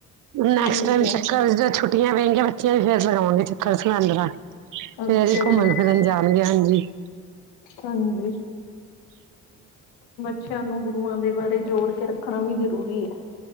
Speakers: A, on the right; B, on the left.
A: ਨੈਕਸਟ
B: ਠੀਕ
A: ਟੈਮ
B: ਹੈ
A: ਚੱਕਰ ਚ ਛੁ ਛੁਟੀਆਂ ਪੈਂਗੀਆਂ ਬੱਚਿਆਂ ਵੀ ਫੇਰ-ਫੇਰ ਲਗਾਓਣਗੇ ਚੱਕਰ ਸਰਹੰਦ ਦਾ
B: ਅੱਛਾ
A: ਫੇਰ ਈ ਘੁੰਮਨ
B: ਜੀ
A: ਫਿਰਨ ਜਾਨਗੇ ਹਾਂਜੀ।
B: ਹਾਂਜੀ ਬਚਿਆਂ ਨੂੰ ਗੁਰੂਆਂ ਦੇ ਬਾਰੇ ਜੋੜ ਕੇ ਰੱਖਨਾ ਵੀ ਜ਼ਰੂਰੀ ਐ।